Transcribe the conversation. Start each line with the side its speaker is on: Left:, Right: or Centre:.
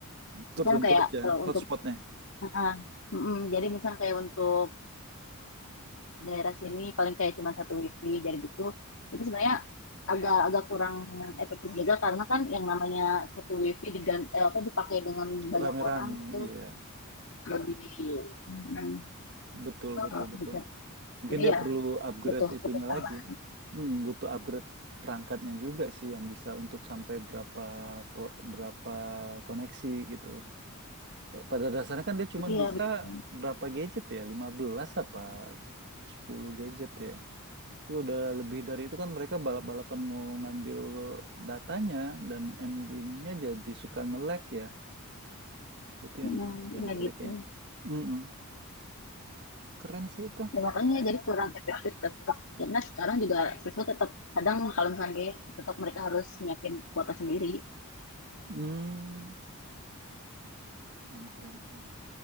Right: tertentu
Left: kan kayak
Right: aja
Left: eh,
Right: hotspotnya.
Left: untuk ah, mm, jadi misal kayak untuk daerah sini paling kayak cuma satu wifi jadi gitu. Jadi sebenarnya agak agak kurang efektif juga karena kan yang namanya satu wifi digan- eh, apa dipakai dengan banyak
Right: Rame-rame,
Left: orang itu
Right: iya.
Left: lebih mm,
Right: Betul,
Left: salah
Right: betul, betul.
Left: juga.
Right: Mungkin
Left: Jadi
Right: dia
Left: ya
Right: perlu upgrade
Left: butuh
Right: itunya
Left: butuh tambah.
Right: lagi. Hmm, butuh upgrade perangkatnya juga sih yang bisa untuk sampai berapa pro- berapa koneksi gitu. Pada dasarnya kan dia cuma
Left: Iya,
Right: bisa
Left: betul.
Right: berapa gadget ya? lima belas apa 10 gadget ya? Itu udah lebih dari itu kan mereka balap-balapan mau ngambil datanya dan endingnya jadi suka nge-lag ya. Itu yang
Left: Nah,
Right: yang
Left: iya
Right: jeleknya.
Left: gitu.
Right: Mm-mm. Keren sih itu.
Left: Ya, makanya jadi kurang efektif tetap. Karena sekarang juga siswa tetap kadang kalau misalnya gaya, tetap mereka harus nyiapin kuota sendiri.
Right: Hmm, keren, keren, keren.